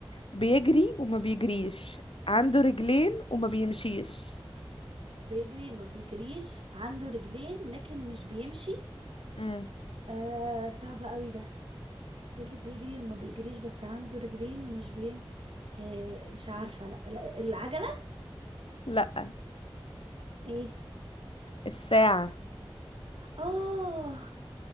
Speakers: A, on the left; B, on the right.
A: بيجري وما بيجريش عنده رجلين وما بيمشيش
B: بيجري ما بيجريش عنده رجلين لكن مش بيمشي
A: امم
B: آه صعب قوي ده ايه اللي بيجري ما بيجريش بس عنده رجلين ومش بيم آه مش عارفه لا, لا العجله
A: لا
B: ايه
A: الساعة
B: اه